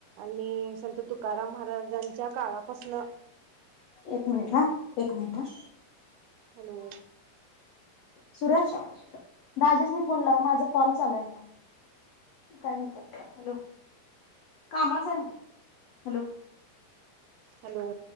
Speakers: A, on the right; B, on the left.
A: आणि संत तुकाराम महाराजांच्या काळापासन
B: एक मिनिट हा एक मिनटं हा
A: हॅलो
B: सुरज दाजीसनी फोन लाव माझ कॉल चालू आहे म्हणावं काय म्हणत्यात कामाच आहे म्हणावं हॅलो हॅलो.
A: हॅलो